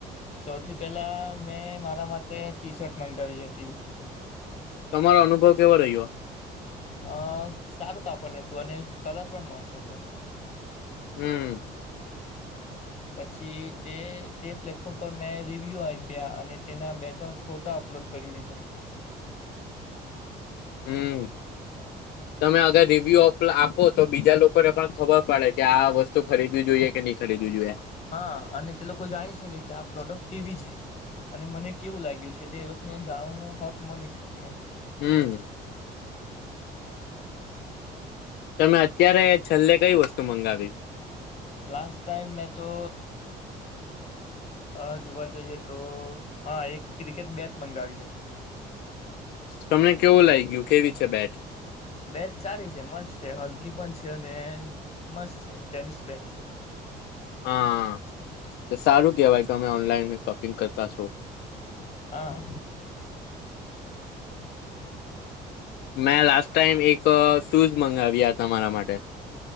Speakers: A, on the left; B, on the left.
A: સૌથી પેલા મેં મારા માટે ટી શર્ટ મગાવી હતી
B: તમારો અનુભવ કેવો રહ્યો
A: અ સારું કાપડ હતું અને કલર પણ મસ્ત હતો
B: હમ
A: પછી તે તે પ્લેટફોર્મ પર મેં રિવ્યુ આપ્યા અને તેના બે ત્રણ ફોટા અપલોડ કરી દીધા
B: હમ તમે અગર રિવ્યુ આપો તો બીજા લોકોને પણ ખબર પડે કે આ વસ્તુ ખરીદવી જોઈએ કે નહી ખરીદવી જોઈએ
A: હા અને તે લોકો જાણી શકે કે આ પ્રોડક્ટ કેવી છે અને મને કેવું લાગ્યું છે તે એ લોકોને જાણવાનો હક મળી શકે
B: હમ તમે અત્યારે છેલ્લે કઈ વસ્તુ મંગાવી
A: લાસ્ટ ટાઈમ મેં તો અ જોવા જઈએ તો હા એક ક્રિકેટ બેચ મંગાવી હતી
B: તમને કેવું લાગ ગયું કેવી છે બેટ
A: બેચ સારી છે મસ્ત છે હલકી પણ છે અને મસ્ત છે ટેનિસ બેચ છે
B: હા સારું કેવાય તો તમે ઓનલાઈન શોપિંગ કરતા છો
A: હા
B: મેં લાસ્ટ ટાઈમ એક શૂઝ મંગાવ્યા તમારા માટે